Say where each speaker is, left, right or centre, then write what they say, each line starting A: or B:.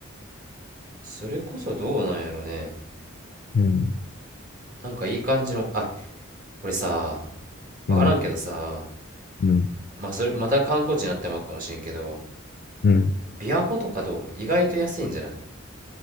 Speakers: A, on the right (about 45°); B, on the left (about 50°).
A: それこそどうなんやろね。
B: うん、
A: なんかいい感じの、あ、俺さ、わからんけどさ、
B: うん、
A: まあそれまた観光地になってまうかもしれんけど、
B: うん。
A: 琵琶湖とかどう意外と安いんじゃない